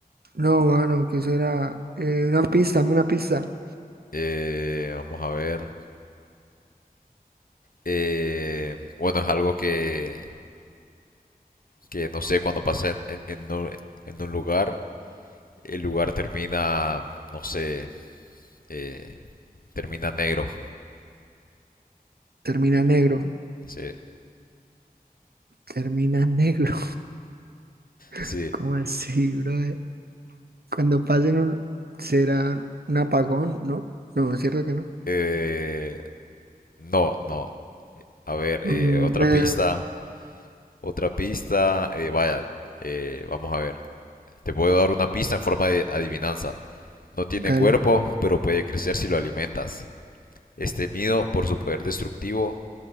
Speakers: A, on the right (about 85°); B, on the left (about 65°).
A: No, mano, ¿qué será? Eh, una pista, dame una pista.
B: Eh, vamos a ver. Eh, bueno, es algo que, que no sé, cuando pasa en, en- en un, en un lugar, el lugar termina, no sé, eh, termina negro.
A: Termina negro.
B: Sí,
A: Termina negro. <laughs>
B: sí.
A: ¿Cómo así, brother? Cuando pasen un... será un apagón, ¿no? No, es cierto que no.
B: Eh, no, no. A ver,
A: Mm,
B: eh, otra
A: eh,
B: pista, otra pista. eh, vaya, eh, vamos a ver. Te puedo dar una pista en forma de adivinanza. No tiene
A: dale.
B: cuerpo, pero puede crecer si lo alimentas. Es temido por su poder destructivo